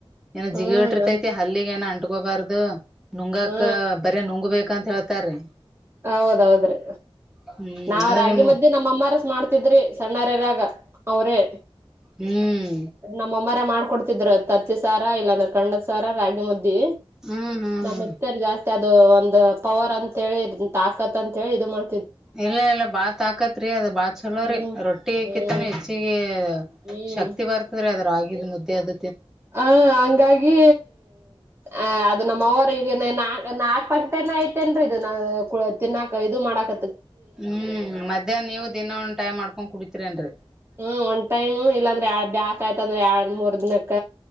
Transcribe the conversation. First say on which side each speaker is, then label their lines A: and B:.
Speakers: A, in the centre; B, on the right.
A: ಏನ್
B: ಹ್ಮ್
A: ಜಿಗಿ ಬಿಟ್ಟಿರ್ತೈತಿ ಅಲ್ಲಿಗ್ ಏನೋ ಅಂಟಕೋಬಾರ್ದು ನುಂಗಕ
B: ಹಾ
A: ಬರ ನುಂಗ ಬೇಕಂತ ಹೇಳ್ತಾರೀ
B: ಹೌದೌದ್ರಿ
A: ಹ್ಮ್
B: ನಾವ್
A: ಅದೇ
B: ರಾಗಿ
A: ನಿಮ್ಮ
B: ಮಧ್ಯ್ದೆ ನಮ್ಮ ಅಮ್ಮಾರಸ ಮಾಡ್ತಿದ್ರಿ ಸಣ್ಣಾರರಾಗ ಅವರೇ
A: ಹ್ಮ್
B: ನಮ್ಮಮ್ಮರ ಮಾಡ್ಕೊಡ್ತ ಿದ್ರ ತತ್ತಿ ಸಾರ ಇಲ್ಲಾಂದ್ರೆ ಕಣಂಡದ ಸಾರ ರಾಗಿ ಮುದ್ದಿ
A: ಹ್ಮ್ ಹ್ಮ್ ಹ್ಮ್
B: ನಮ್ಮತ್ತೆಲ್ಲಿ ಜಾಸ್ತಿ ಮತ್ತ ಅದು ಒಂದ್ ಪವರ್ ಅಂತ ಹೇಳಿ ತಾಕತ್ ಅಂತ ಹೇಳಿ ಇದು ಮಾಡ
A: ಇಲ್ಲ ಇಲ್ಲ ಬಾತ್ ಹಾಕತ್ರಿ ಅದ ಬಾತ್ ಚಲೋ್ರಿ
B: ಹ್ಮ್
A: ರೊಟ್ಟಿ
B: ಹ್ಮ್
A: ಕಿತ್ತಾನ ಹೆಚ್ಚಿಗೆ
B: ಹ್ಮ್
A: ಶಕ್ತಿ ಬರ್ತದ್ರೀ ಅದ್ರಾಗಿದ್ ಮುದ್ದೆ ಅದ
B: ಹ ಹಂಗಾಗಿ ಅ ಅದು ನಮ್ಮ ಅವರು ಈಗ ನಾ ನಾಲ್ಕಕ್ ಪಂಗಟನ ಐತೆೇನ್ರರಿ ಇದು ನಾ ತಿನ್ನಾಕ ಇದು ಮಾಡಕ
A: ಹ್ಮ್ ಮಧ್ಯಾಹ್ ನೀವ ದಿನ ಒ್ ಟೈಮ್ ಮಾಡ್ಕೊಂಡ್ ಕುಡತಿೀರಿನ್ರರಿ
B: ಹ್ಮ್ ಒಂದ್ ಟೈಮ್ ಇಲ್ಲಾಂದ್ರೆ ಎ ಬ್ಯಾಸ್ ಆಯ್ತ ಅಂದ್ರೆ ಎರ ಮೂರ್ ದಿನಕ್ಕ